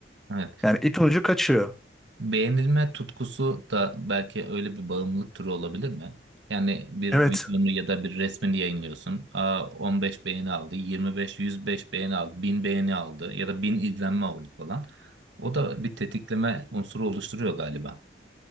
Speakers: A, on the right; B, in the centre.
A: Evet.
B: Yani ipin ucu kaçıyor.
A: Beğenilme tutkusu da belki öyle bir bağımlılık türü olabilir mi? Yani bir
B: Evet,
A: videonu ya da bir resmini yayınlıyorsun. Aa, 15 beğeni aldı, 25, 105 beğeni aldı, 1000 beğeni aldı ya da 1000 izlenme oldu falan. O da bir tetikleme unsuru oluşturuyor galiba.